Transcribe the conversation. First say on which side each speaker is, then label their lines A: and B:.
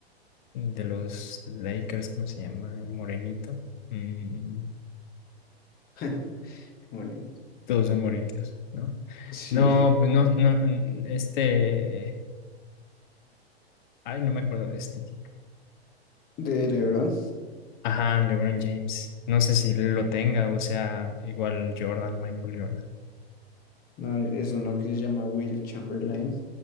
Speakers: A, on the left (about 45°); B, on the left (about 30°).
A: de los Lakers, ¿cómo se llama? El morenito. Mm,
B: <laughs> Qué Moreno.
A: todos son morenitos, ¿no?
B: Sí,
A: No, pues no, no, mm, este, ay, no me acuerdo, de este. tipo.
B: de LeBron.
A: Ajá, LeBron James. No sé si lo tenga o sea igual Jordan, Michael Jordan.
B: No, es uno que se llama Will Chamberlain,